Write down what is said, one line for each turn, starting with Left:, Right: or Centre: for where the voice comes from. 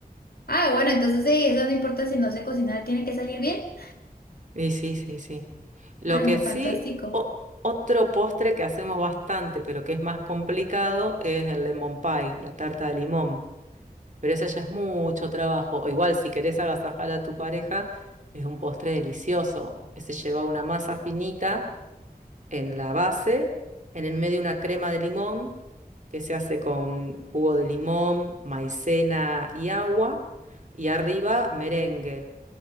Left: Ah, bueno, entonces sí, eso no importa si no sé cocinar, tiene que salir bien.
Right: Y sí, sí, sí. Lo
Left: Ah,
Right: que
Left: no,
Right: sí,
Left: fantástico.
Right: o- otro postre que hacemos bastante, pero que es más complicado, es el lemon pie, la tarta de limón. Pero esa ya es mucho trabajo. O igual, si querés agasajar a tu pareja, es un postre delicioso. Ese lleva una masa finita en la base, en el medio una crema de limón, que se hace con jugo de limón, maicena y agua. Y arriba merengue,